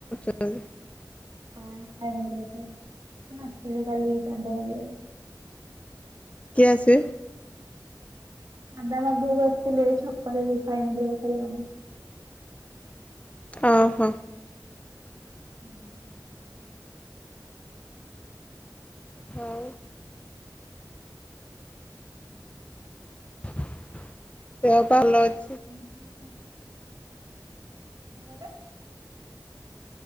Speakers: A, on the left; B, on the right.
A: <unintelligible>
B: ହଁ ସାଇ ମନ୍ଦିର ପାଖରେ ଆସିବେ କାଲି ଚାନ୍ଦା ମାଗିବାକୁ।
A: କିଏ ଆସିବେ?
B: ଚାଦା ମାଗିବା କୁ ଆସିଥିଲେ ଏଇ ଛକରେ ସାଇ ମନ୍ଦିର କରିବନି।
A: ଅ ହଃ।
B: ହୁଁ।
A: ହଉ। <inaudible>
B: କଣ କହିଲ।